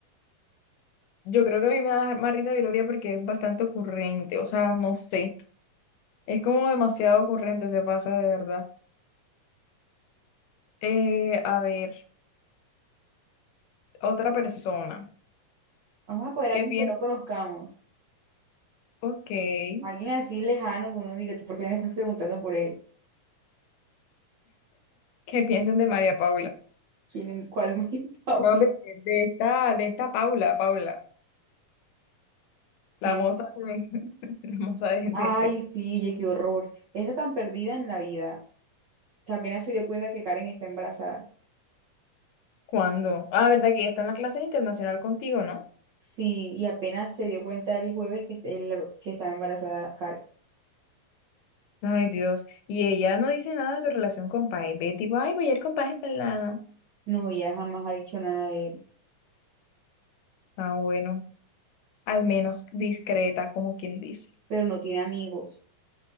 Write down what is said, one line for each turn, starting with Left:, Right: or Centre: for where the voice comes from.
Left: Yo creo que a mí me da más risa Viloria porque es bastante ocurrente, o sea, no sé, es como demasiado ocurrente, se pasa de verdad. Eh, a ver, otra persona,
Right: Vamos a coger
Left: ¿qué
Right: a alguien
Left: piensan?
Right: que no conozcamos.
Left: Ok, ¿qué
Right: Alguien así lejano que uno diga, ¿tú por qué me estás preguntando por él?
Left: piensan de María Paula?
Right: ¿Quién, es- cuál más que <laughs> Paula?
Left: O no, de, de esta, de esta Paula, Paula, la
Right: ¿Quién
Left: moza
Right: es?
Left: de, <laughs> la moza de,
Right: Ay,
Left: de, de-
Right: sí, oye, qué horror. Está tan perdida en la vida que apenas se dio cuenta que Karen está embarazada.
Left: ¿cuándo? Ah, verdad que ella está en la clase internacional contigo, ¿no?
Right: Sí, y apenas se dio cuenta el jueves que, est- el- que estaba embarazada
Left: Ay, Dios, y ella no dice nada de su relación con Pai, Betty, ay, voy a ir con Pai hasta el lado.
Right: No, ella jamás ha dicho nada de él,
Left: Ah, bueno. al menos discreta, como quien dice.
Right: pero no tiene amigos.